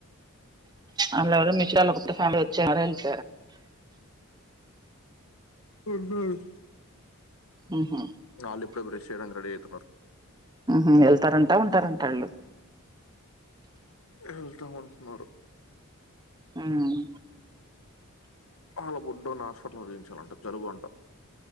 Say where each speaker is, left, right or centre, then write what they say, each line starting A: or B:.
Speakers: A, on the right; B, on the left.
A: అలోరో మిషాల కు ఫ్యామ్ వచ్చారంట
B: ఉనారు
A: ఉహు
B: వాళ్ళు ఇప్పుడే బ్రష్ చేయడానికి రెడీ అవుతున్నారు
A: హ్మ్ హ్మ వెళ్తారంటా ఉంటారంట ఆళ్ళు
B: వెళ్తాం అంటునారు
A: హ్మ్
B: అళ్ళ బుడ్డోని ఆస్పటలో చూయించాలంటే జలుబు అంట